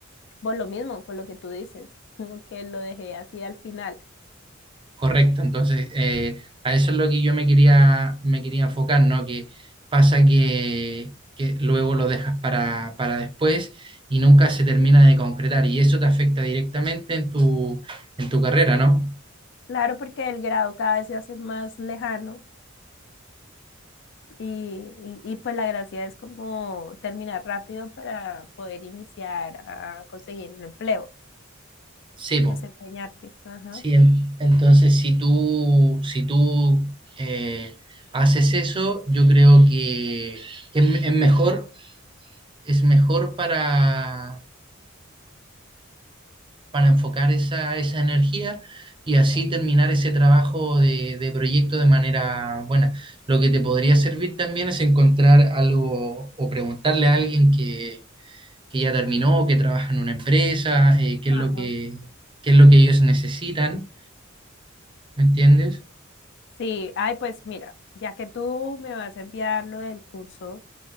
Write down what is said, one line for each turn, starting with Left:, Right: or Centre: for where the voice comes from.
Left: por lo mismo, por lo que tú dices, <laughs> como que lo dejé así al final.
Right: Correcto, entonces eh, a eso es lo que yo me quería, me quería enfocar, ¿no? Que pasa que, que luego lo dejas para, para después y nunca se termina de concretar, y eso te afecta directamente en tu, en tu carrera, ¿no?
Left: Claro, porque el grado cada vez se hace más lejano y, y, y pues la gracia es como terminar rápido para poder iniciar a conseguir un empleo,
Right: Sí, po.
Left: desempeñarte. Ajá.
Right: Sí, en- entonces si tú, si tú eh, haces eso, yo creo que, que es, es mejor, es mejor para, para enfocar esa, esa energía y así terminar ese trabajo de, de proyecto de manera buena. Lo que te podría servir también es encontrar algo o preguntarle a alguien que, que ya terminó, que trabaja en una empresa, eh, qué es
Left: Ajá.
Right: lo que, qué es lo que ellos necesitan, ¿me entiendes?
Left: Sí, ay, pues mira, ya que tú me vas a enviar lo del curso,